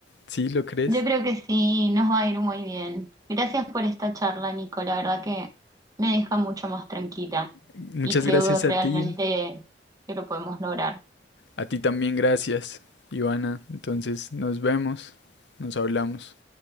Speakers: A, on the left; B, on the right.
A: ¿Sí lo crees?
B: Yo creo que sí, nos va a ir muy bien. Gracias por esta charla, Nico. La verdad que me deja mucho más tranquila
A: Muchas
B: y creo
A: gracias
B: que
A: a
B: realmente
A: ti.
B: que lo podemos lograr.
A: A ti también gracias, Ivana. Entonces nos vemos, nos hablamos.